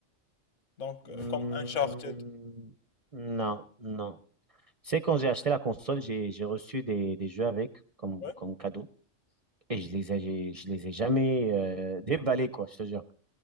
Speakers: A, on the left; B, on the right.
A: Donc,
B: Hmm,
A: euh, comme Uncharted.
B: non, non. Tu sais, quand j'ai acheté la console, j'ai, j'ai reçu des, des jeux avec comme,
A: Ouais.
B: comme cadeau et je les ai, je les ai jamais euh, déballés, quoi, je te jure.